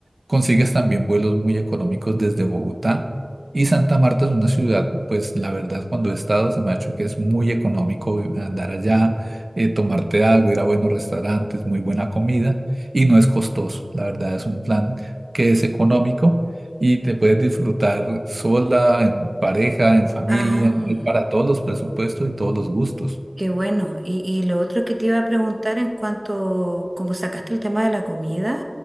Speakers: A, on the right (about 65°); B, on the right (about 30°).
A: Consigues también vuelos muy económicos desde Bogotá y Santa Marta es una ciudad, pues la verdad cuando he estado se me ha hecho que es muy económico vi- andar allá, eh, tomarte algo, ir a buenos restaurantes, muy buena comida y no es costoso. La verdad es un plan que es económico y te puedes disfrutar sola, en pareja, en familia,
B: Ah.
A: hay para todos los presupuestos y todos los gustos.
B: Qué bueno. Y, y lo otro que te iba a preguntar en cuanto, como sacaste el tema de la comida,